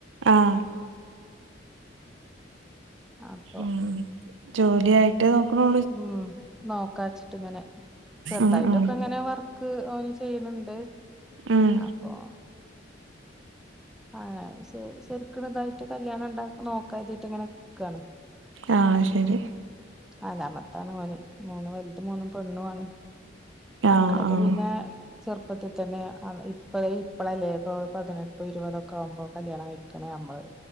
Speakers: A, on the right (about 85°); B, in the centre.
A: ആഹ്
B: അപ്പൊ
A: ഉം ജോലി ആയിട്ടെ നോക്ക്ണൊ
B: ഉം നോക്കാച്ചിട്ട് ഇങ്ങനെ ചെറ്തായിട്ടൊക്ക
A: ഉം ഉം
B: ഇങ്ങനെ വർ ക് ഓന് ചെയ്യ്ണ് ണ്ട്.
A: ഉം
B: അപ്പൊ ആഹ് ശരിക്ക്ണ് ഇതായിട്ട് കല്യാണം ഇണ്ടാക്ക നോക്ക കർതീട്ട് ഇങ്ങനെ നിക്കാണ്.
A: ആഹ് ശരി
B: നാലമത്താണ് ഓന് മൂന്നും വൽത് മൂന്നും പെണ്ണുആണ്. മക്കളൊക്ക
A: ആഹ് ആഹ്
B: പിന്നേ. ചെറുപ്പത്തി തന്നെ ഇപ്പ ഇപ്പളല്ലെ ഇപ്പോ പതിനെട്ടു ഇരുപതൊ. ക്കാവുമ്പൊ കല്യാണം കഴിക്ക്ണെ നമ്മള്